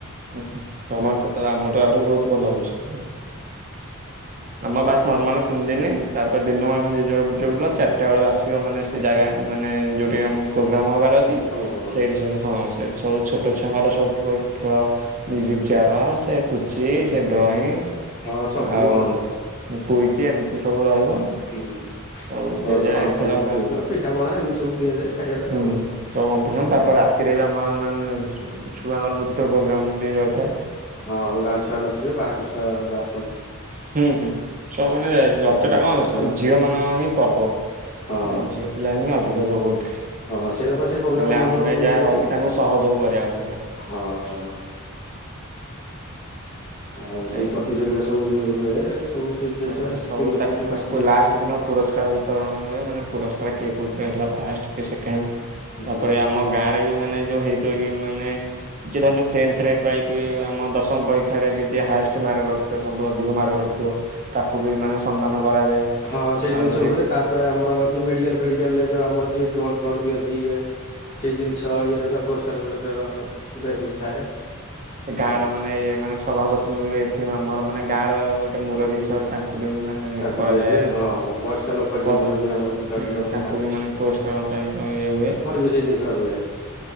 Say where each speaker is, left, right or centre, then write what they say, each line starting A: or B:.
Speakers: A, on the right; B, on the left.
A: ହୁଁ ହୁଁ ତମର ତ ତ ଆମଠୁ
B: ପ୍ରୋଗ୍ରାମ
A: ଆହୁରି ବି ବହୁତ ଭଲ ହଉଛି। ଆମ ବାସ୍ ନର୍ମାଲ ତିନି ଦିନି ତାପରେ ଦିନ ମାନ ଯିଏ ଯୁଆଡ଼େ ବୁଲୁଛ ବୁଲ ଚାରିଟା ବେଳ ଆସିବ ମାନେ ସେ ଜାଗା ମାନେ ଯୋଉଠି ଆମ ପ୍ରୋଗ୍ରାମ ହବାର ଅଛି
B: ହବ
A: ସେଇଠି ସବୁ ହଁ ସେ ଛବୁ ଛୋଟ ଛୁଆଙ୍କର ସବୁ ଥିବ ଖେଳ ମ୍ୟୁଜିକ୍ ଚେୟାର ସେ ପୁଚି
B: ହୁଁ
A: ସେ ଡ୍ରଇଂ
B: ହଁ ସବୁ
A: ଆଉ
B: ହଁ
A: କୁଇଜ୍ ଏମିତି ସବୁ ରହିବ।
B: ହୁଁ
A: ସବୁ ଯିଏ
B: ରଜ
A: ଯାହା
B: ପାନ
A: ଖେଳ
B: ଫାନ ବିକ୍ରି
A: ବା
B: ହଉଥିବ ପିଠା ପଣା ଏମିତି ସବୁ ଦିଆଯାଏ। ଖାଇବା ପାଇଁ
A: ହୁଁ
B: ଆଉ
A: ସବୁ କମ୍ପିଟିସନ ତାପରେ ରାତିରେ ବି ଆମର ମାନେ ଛୁଆଙ୍କ ନୃତ୍ୟ ପ୍ରୋଗ୍ରାମ ବି ରହିଥାଏ।
B: ହଁ ଗାଁ ଛୁଆ ନାଚିବେ ବାହାରୁ ଛୁଆ ବୋଧେ ଆସ
A: ହୁଁ ହୁଁ ସବୁ ମାନେ
B: ସବୁ
A: ରଜ ଟା କଣ
B: ଛୋଟ
A: ସବୁ
B: ଛୁଆ ନାଚନ୍ତି
A: ଝିଅ ମାନଙ୍କ ହିଁ ପର୍ବ।
B: ହଁ
A: ଝିଅ ପିଲା ହିଁ ଅଧିକ ସବୁ ଏଥିରେ।
B: ହଁ ସେଇଟା ବା ସେ ପ୍ରୋଗ୍ରାମ
A: ହେଲେ ଆମେ
B: ଆମର
A: ଯାହା
B: ରୁହେ
A: ରହିକି ତାଙ୍କୁ ସହଯୋଗ କରିବା କଥା ଯାହା।
B: ହଁ। ଆଉ ସେଇ
A: ଏମ
B: ପ୍ରତିଯୋଗିତା ସବୁ ଯୋଉ ହୁଏ ସବୁ ସେ ଝିଅ
A: ହଁ
B: ଛୁଆ ସ୍ତ୍ରୀ
A: ସବୁ
B: ଲୋକ
A: ତାକୁ
B: ଯୋଉ
A: ଫୁଣି
B: ଆସିଥିବେ
A: ପୁ
B: ତାଙ୍କ
A: ଲାଷ୍ଟ
B: ପାଇଁ
A: ଦିନ ପୁରସ୍କାର ତରଣ ଭଳିଆ ମାନେ ପୁରସ୍କାର କିଏ କୋଉଥିରେ ହେଲା ଫାଷ୍ଟ କିଏ ଶେ କେଣ୍ଡ
B: ହୁଁ।
A: ତାପରେ ଆମ ଗାଁ ରେ ବି ମାନେ ଯୋଉ ହେଇଥିବ ଇଏ ମାନେ କିଏ ଧରି ନିଅ ଟେନ୍ଥ ରେ ପାଇବେ ଆମ ଦଶମ ପରୀକ୍ଷାରେ ବି ଯିଏ ହାଏଷ୍ଟ ମାର୍କ ରଖିଥିବ ସବୁଠୁ ଅଧିକ ମାର୍କ ରଖିଥିବ। ତାକୁ ବି ମାନେ ସମ୍ମାନ କରାଯାଏ।
B: ହଁ ସେଇ ଜିନିଷ
A: ଆଉ ଯେ
B: ହୁଏ ତାପରେ ଆମର ଯଉ ମେଡିକାଲ୍ ଫେଡିକାଲ୍ ରେ ଯଉ ଆମର ଯିଏ ବ୍ଲଡ ଫ୍ଲଡ଼ ଦିଅନ୍ତି ଇଏ। ସେଇ ଜିନିଷ ଇଏରେଧ ପୁରସ୍କାର ଫୁରସ୍କାର ଗୋଟେ ଏମିତି ଥାଏ।
A: ଗାଁ
B: ହଁ।
A: ର ମାନେ ମାନେ ସଭାପତିଙ୍କୁ ଏଠି ଆମର ମାନେ ଗାଁ ର ଗୋଟେ ମୁରବୀ ହିସାବରେ ତା ଙ୍କୁ ବି ମାନେ
B: ତାଙ୍କୁ
A: କରାଯାଏ
B: ଦିଆଯାଏ ହଁ ବୟସ୍କ ଲୋକ ଯିଏ
A: ପଦ
B: ମୁରବି ଆମର ବୁଝାବୁଝି
A: ହୁଁ
B: କରନ୍ତି
A: ତାଙ୍କୁ ବି ମାନେ ପୁରସ୍କୁ କଣ ପାଇଁ ତ ଇଏ ହୁଏ?
B: ବେଶି ଜିିନଷଟା ହୁଏ।